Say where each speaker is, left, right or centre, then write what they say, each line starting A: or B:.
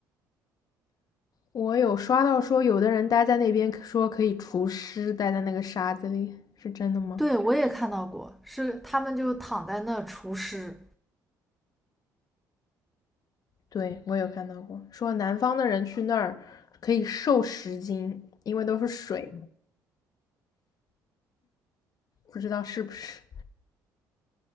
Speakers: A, on the left; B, in the centre.
A: 我有刷到说，有的人待在那边说可以除湿，待在那个沙子里，是真的吗？
B: 对，我也看到过，是他们就躺在那除湿。
A: 对，我有看到过，说南方的人去那儿可以瘦十斤，因为都是水不知道是不是。